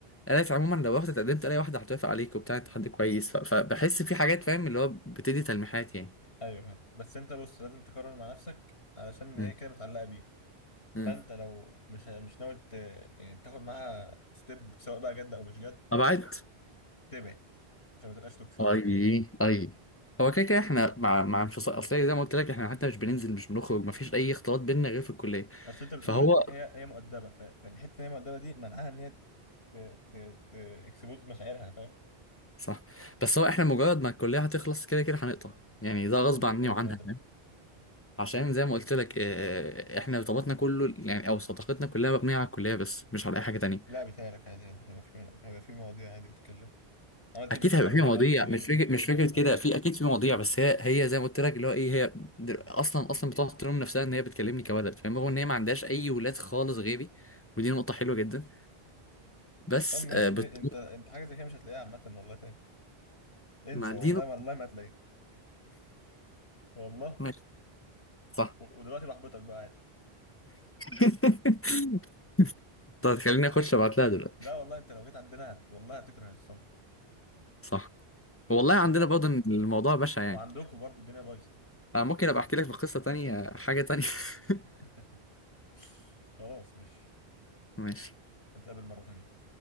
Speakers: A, on the left (about 20°); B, on the left (about 80°).
A: قالت عموما لو رحت اتقدمت الاقي واحده هتوافق عليك وبتاع انت حد كويس ف... فبحس في حاجات فاهم اللي هو بتدي تلميحات يعني
B: ايوه فاهم بس انت بص لازم تقرر مع نفسك علشان
A: مم.
B: ايه كده متعلقه بيك
A: مم.
B: فانت لو مش مش ناوي ت- يعني تاخد معاها ستيب سواء بقى جد او مش جد
A: ابعد
B: تبعد عشان ما تبقاش توكسيك
A: اي اي هو كده كده احنا مع مع انفصال اصل زي ما قلت لك احنا حتى مش بننزل مش بنخرج ما فيش اي اختلاط بيننا غير في الكليه
B: اصل انت بتقول
A: فهو
B: هي هي مؤدبه ف- فالحته ان هي مؤدبه دي منعها ان هي ت ت ت اكسبوز مشاعرها فاهم
A: صح بس هو احنا مجرد ما الكليه هتخلص كده كده هنقطع يعني ده غصب
B: ليه
A: عني
B: كده
A: وعنها
B: كده هتبقى
A: فاهم عشان زي ما قلت لك اه، احنا ارتباطنا كله يعني او صداقتنا كلها مبنيه على الكليه بس مش على اي حاجه تانية
B: لا بيتهيألك عادي يعني هيبقى في هيبقى في مواضيع عادي بتتكلم عملت
A: اكيد
B: ايه في الشغل
A: هيبقى في
B: عملت
A: مواضيع
B: ايه
A: مش فكره مش فكره
B: كده فاهم
A: كده في اكيد في مواضيع بس هي هي زي ما قلت لك اللي هو ايه هي دل- اصلا اصلا بتقعد تلوم نفسها ان هي بتكلمني كولد فاهم هو ان هي ما عندهاش اي ولاد خالص غيري ودي نقطه حلوه جدا بس
B: طب ماشي
A: آه، بت...
B: دي انت انت حاجه زي كده مش هتلاقيها عامه والله تاني انسى
A: ما دي
B: والله
A: نق-
B: والله ما هتلاقيها والله
A: ماشي صح
B: و- ودلوقتي بحبطك بقى عادي
A: <laughs> طب خليني اخش ابعت لها
B: <laughs>
A: دلوقتي
B: لا والله انت لو جيت عندنا هت... والله هتكره الصنف
A: صح والله
B: ده الدنيا
A: عندنا برضه إن الموضوع بشع يعني
B: وعندكم برضو الدنيا بايظه
A: انا ممكن ابقى احكي لك في قصة تانية حاجة تانية <laughs>
B: <laughs> خلاص ماشي
A: ماشي
B: نتقابل مره تانية